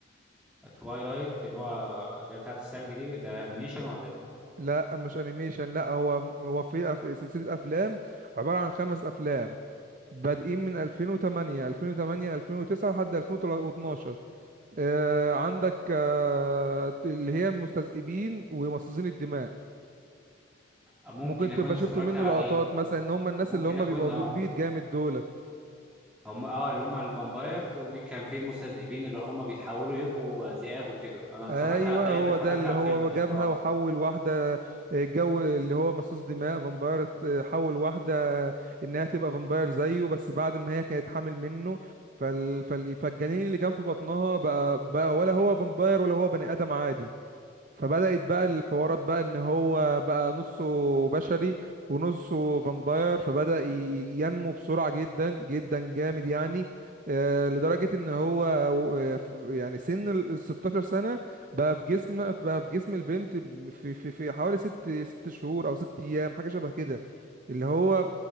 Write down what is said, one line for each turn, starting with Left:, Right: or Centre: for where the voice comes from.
Centre: توايلايت اللي هو اللي هي بتاعت الثلج دي ده انيميشن ولا ايه
Right: لا مش انيميشن لا هو هو في أف- سلسلة افلام عبارة عن خمس افلام بادئين من 2008 2008 2009 لحد 2012 آه عندك آه اللي هي المستذئبين ومصاصين الدماء
Centre: آه، ممكن
Right: ممكن
Centre: اكون
Right: تبقى
Centre: اتفرجت
Right: شفتوا منه
Centre: عليه
Right: لقطات مثلا ان هم الناس
Centre: ممكن
Right: اللي هم
Centre: اكون
Right: بيبقوا
Centre: اه
Right: بيض جامد دولت
Centre: هم اه اللي هم الفامبايرز وكان في المستذئبين اللي هم بيتحولوا يبقوا ذئاب وكده انا اتفرجت
Right: ايوه
Centre: على تقريبا
Right: هو
Centre: اتفرجت
Right: ده اللي
Centre: على
Right: هو
Centre: الفيلم ده
Right: جابها
Centre: اه
Right: وحول واحده آه، جو اللي هو مصاص دماء فامباير آه، حول واحده انها تبقى فامباير زيه بس بعد ما هي كانت حامل منه فال... فال... فالجنين اللي كان في بطنها بقى بقى ولا هو فامباير ولا هو بني ادم عادي فبدأت بقى الحوارات بقى ان هو بقى نصه بشري ونصه فامباير فبدأ ي- ينمو بسرعة جدا جدا جامد يعني آه، لدرجة ان هو آه، ف- يعني سن ال 16 سنة بقى في جسم بقى في جسم البنت في في في حوالي ست ست شهور او ست ايام حاجة شبه كده اللي هو